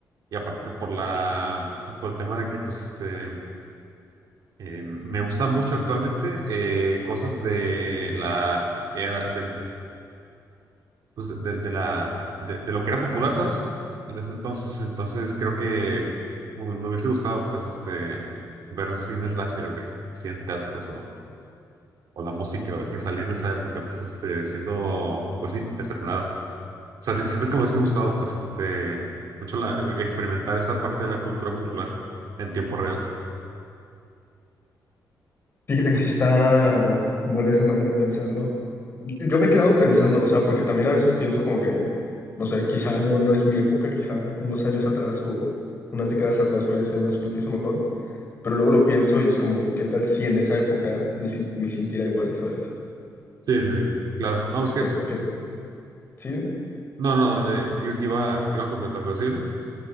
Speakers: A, on the right; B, on the left.
A: Y aparte por la, por el tema de que, pues, este, eh, me gusta mucho actualmente eh, cosas de la era del, pues, de, de- de la, de, de lo que era popular, ¿sabes? En ese entonces, entonces creo que me, me hubiese gustado, pues, este, ver cine slasher, güey, así en teatros o, o la música güey, que salía en esa época, pues, este, siendo, pues sí, estrenada. O sea, sí- siento que me hubiese gustado, pues, este, mucho la, experimentar esa parte de la cultura popular en tiempo real.
B: Fíjate que sí está buena esa manera de pensarlo. Yo me he quedado pensando, o sea, porque también a veces pienso como que, no sé, quizá no, no es mi época, quizá unos años atrás o unas décadas atrás hubiera sido más feliz o mejor, pero luego lo pienso y es como, ¿qué tal si en esa época me, sin- me sintiera igual, ¿sabes? O
A: Sí, sí, sí, claro. No, es
B: sea,
A: que,
B: que, ¿sí? dime.
A: no, no, de- i- iba, iba a completar, pero sí, ¿eh?